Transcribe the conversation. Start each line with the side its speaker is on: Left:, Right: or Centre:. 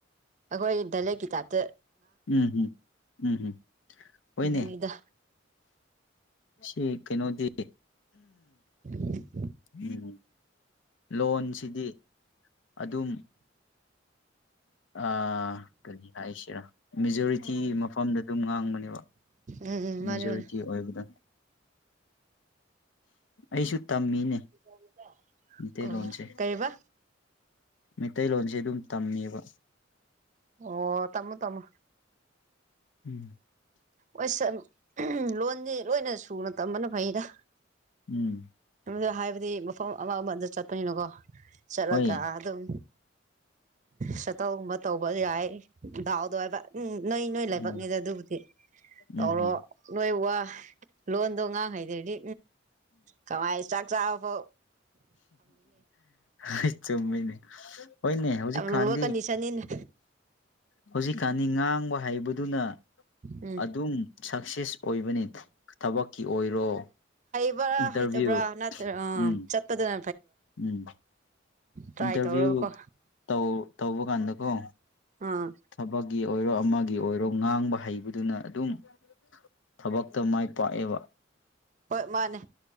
Right: ꯑꯩꯈꯣꯏ ꯗꯂꯦꯛꯀꯤꯇꯥꯥꯞꯇ
Left: ꯎꯝ ꯎꯝ ꯎꯝꯝ ꯍꯣꯏꯅꯦ
Right: ꯑꯗꯨꯅꯤꯗ
Left: ꯁꯤ ꯀꯩꯅꯣꯗꯤ
Right: ꯎꯝ <inaudible>
Left: ꯎꯝ ꯂꯣꯟꯁꯤꯗꯤ ꯑꯗꯨꯝ ꯑꯥ ꯀꯔꯤ ꯍꯥꯏꯁꯤꯔꯥ ꯃꯦꯖꯣꯔꯤꯇꯤ ꯃꯐꯝꯗ ꯑꯗꯨꯝ ꯉꯥꯡꯕꯅꯦꯕ
Right: ꯎꯝ
Left: ꯃꯦꯖꯣꯔꯤꯇꯤ
Right: ꯃꯥꯅꯤ ꯃꯥꯅꯤ
Left: ꯑꯣꯏꯕꯗ ꯑꯩꯁꯨ ꯇꯝꯃꯤꯅꯦ
Right: ꯑꯗꯨꯗꯦ <inaudible>
Left: ꯃꯩꯇꯩꯂꯣꯟꯁꯦ
Right: ꯑꯣ ꯀꯩꯕꯥ
Left: ꯃꯩꯇꯩꯂꯣꯟꯁꯦ ꯑꯗꯨꯝ ꯇꯝꯃꯦꯕ
Right: ꯑꯣ ꯇꯝꯃꯣ ꯇꯥꯝꯃꯣ
Left: ꯎꯝ
Right: ꯍ ꯁ ꯂꯣꯟꯁ ꯂꯣꯏꯅ ꯁꯨꯅ ꯇꯝꯕꯅ ꯐꯩ <inaudible> ꯑ
Left: ꯎꯝ
Right: ꯑꯗꯨ ꯍꯥꯏꯕꯗꯤ ꯃꯐꯝ ꯑꯃ ꯑꯃꯗ ꯆꯠꯄꯅꯤꯅꯀꯣ ꯆꯠꯂꯒ
Left: ꯍꯣꯏ
Right: ꯑꯗꯨꯝ ꯁꯠꯇꯧꯒꯨꯝꯕ ꯇꯧꯕ ꯌꯥꯏ ꯗꯥꯎꯗꯣ ꯍꯥꯏꯕ ꯎꯝ ꯅꯣꯏ ꯅꯣꯏ ꯂꯥꯏꯕꯛꯅꯤꯗ
Left: ꯎꯝ
Right: ꯑꯗꯨꯕꯨꯗꯤ
Left: ꯎꯝ
Right: ꯇꯧꯔꯣ
Left: ꯎꯝ
Right: ꯅꯣꯏ ꯋꯥ ꯂꯣꯟꯗꯣ ꯉꯥꯡꯍꯩꯗ꯭ꯔꯗꯤ ꯀꯃꯥꯏ ꯆꯥꯛ ꯆꯥꯕꯕꯣ
Left: ꯑꯩ ꯆꯨꯝꯃꯤꯅꯦ ꯍꯧꯖꯤꯛꯀꯥꯟꯗꯤ
Right: ꯌꯥꯝ ꯂꯨꯕ ꯀꯟꯗꯤꯁꯟꯅꯤꯅꯦ
Left: ꯍꯧꯖꯤꯛꯀꯗꯤ ꯉꯥꯡ ꯍꯥꯏꯕꯗꯨꯅ
Right: ꯎꯝ
Left: ꯑꯗꯨꯝ ꯁꯛꯁꯦꯁ ꯑꯣꯏꯕꯅꯤ ꯊꯕꯛꯀꯤ ꯑꯣꯏꯔꯣ
Right: ꯭ꯔꯥ
Left: ꯏꯟꯇꯔꯚꯤꯌꯨ
Right: ꯍꯩꯇꯕ꯭ꯔꯥ ꯅꯠꯇ꯭ꯔꯥ ꯑ
Left: ꯎꯝ
Right: ꯆꯠꯄꯗꯅ
Left: ꯎꯝ
Right: ꯇ꯭ꯔꯥꯏ
Left: ꯏꯟꯇꯔꯚꯤꯌꯨ
Right: ꯇꯧꯔꯒꯀꯣ
Left: ꯇꯧ ꯇꯧꯕ ꯀꯥꯟꯗꯀꯣ
Right: ꯑꯥ
Left: ꯊꯕꯛꯀꯤ ꯑꯣꯏꯔꯣ ꯑꯃꯒꯤ ꯑꯣꯏꯔꯣ ꯉꯥꯡꯕ ꯍꯩꯕꯗꯨꯅ ꯑꯗꯨꯝ ꯊꯕꯛꯇ ꯃꯥꯏ ꯄꯥꯛꯑꯦꯕ
Right: ꯍꯣꯏ ꯃꯥꯅꯦ